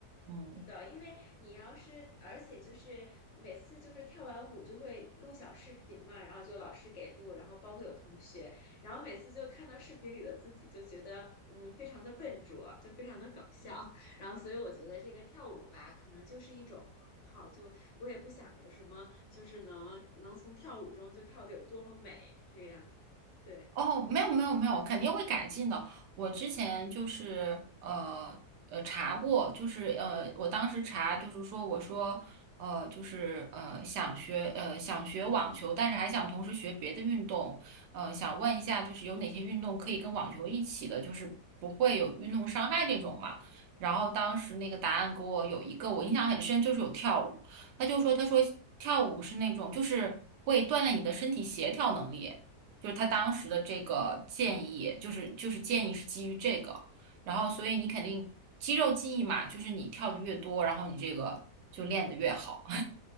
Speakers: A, on the right; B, on the left.
A: 嗯。
B: 是的，因为你要是，而且就是每次就是跳完舞就会录小视频嘛，然后就老师给录，然后包括有同学，然后每次就看到视频里的自己，就觉得嗯非常的笨拙，就非常的搞笑。然后所以我觉得这个跳舞吧，可能就是一种爱好，就我也不想着什么，就是能能从跳舞中就跳得有多么美，这样，对。
A: 哦，没有没有没有，肯定会改进的。我之前就是呃呃查过，就是呃我当时查就是说我说呃就是呃想学呃想学网球，但是还想同时学别的运动，呃想问一下就是有哪些运动可以跟网球一起的，就是不会有运动伤害这种嘛。然后当时那个答案给我有一个我印象很深，就是有跳舞。他就说他说跳舞是那种就是会锻炼你的身体协调能力。就是他当时的这个建议，就是就是建议是基于这个，然后所以你肯定肌肉记忆嘛，就是你跳的越多，然后你这个就练得越好。<laughs>